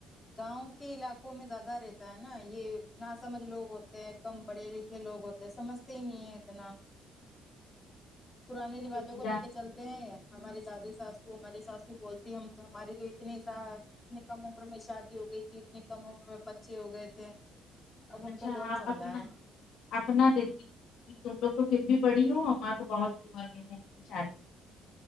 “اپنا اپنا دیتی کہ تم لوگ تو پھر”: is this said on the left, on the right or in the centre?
Left